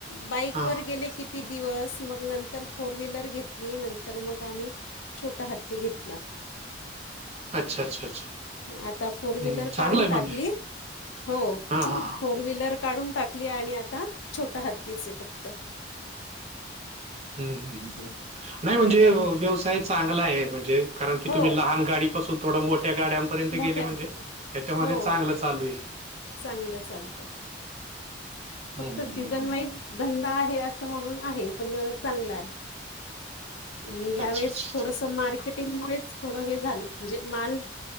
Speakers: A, on the left; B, on the right.
A: बाईक
B: हां.
A: वर गेले. किती ती दिवस मग नंतर फोर व्हीलर घेतली. नंतर मग आम्ही छोटा हत्ती घेतला.
B: <unintelligible> अच्छा, अच्छा.
A: आता फोर
B: हं,
A: व्हीलर
B: चांगलं
A: काढून
B: आहे म्हणजे.
A: टाकली? हो
B: हां, हां, हां.
A: फोर व्हील काडून टाकली आणि आता छोटा हत्तीचं ये फक्त.
B: हम् हम
A: <unintelligible>
B: नाही म्हणजे, व्यवसाय चांगला आहे. म्हणजे कारण की
A: हो
B: तुम्ही लहान गाडीपासून थोडं मोठ्या गाड्या इथपर्यंत
A: मोठ्या
B: गेले म्हणजे त्याच्यामध्ये
A: हो
B: चांगलं चालू आहे.
A: चांगलं चालतं फक्त
B: हं, हं,
A: सीझन
B: हं, हं.
A: वाईज धंदा आहे असं म्हणून आहे पण चांगला आहे. आणि ह्या
B: अच्छा, अच्छा,
A: वेळेस
B: अच्छा.
A: थोडसं मार्केटिंग मुळेच थोडं हे झालं म्हणजे माल